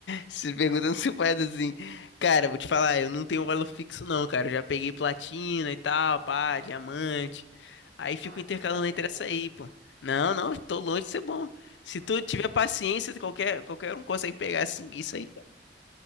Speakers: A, on the left; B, on the right.
A: Se perguntando se faz assim. Cara, vou te falar, eu não tenho valor fixo, não, cara. Eu já peguei platina e tal,
B: Ah.
A: pá, diamante. Aí fico
B: Ah,
A: intercalando
B: então tu é bom,
A: entre
B: pô.
A: essa aí, pô. Não, não, tô longe de ser bom. Se
B: Ah.
A: tu tiver paciência, qualquer, qualquer um consegue pegar assim, isso aí, cara.